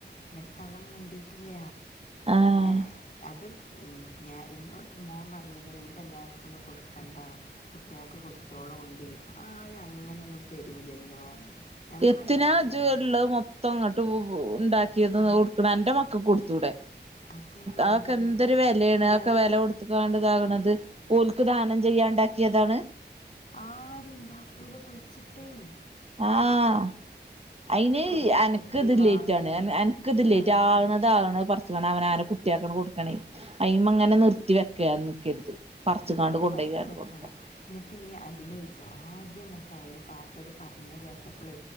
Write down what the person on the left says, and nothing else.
എന്നിട്ട് തള്ള മുണ്ടിട്ടില്ല
ഏഹ് അത്- ഞാൻ ഇന്നോട് മോൻ പറഞ്ഞേക്കണ് ഇതെല്ലാവർ ക്കൊന്നും കൊടുക്കണ്ട കുട്ടികൾക്ക് കൊടുത്തോളു ഒണ്ടെങ്കിൽ ആരും അങ്ങനെയൊന്നും തരൂലല്ലോ നമ്മൾ
ഉണ്ടാക്കിയാലല്ലേ
ആ
അതന്നെയാണ്
ഈ എന്നിട്ട്
ഞാൻ
ആരുണ്ടാക്കൂല കുഴിച്ചിട്ടേയില്ല
തൊടുവിൽ
കൊത്തി
മാന്തിയും
ആ
ഇനിയൊക്കെ
പറിച്ചെടുക്കണം
എന്നിട്ട് ഇനി അതിനൊരു ജാദ്യങ്ങട്ടതിന് താത്തത് പറഞ്ഞേ കേട്ടപ്പോളേ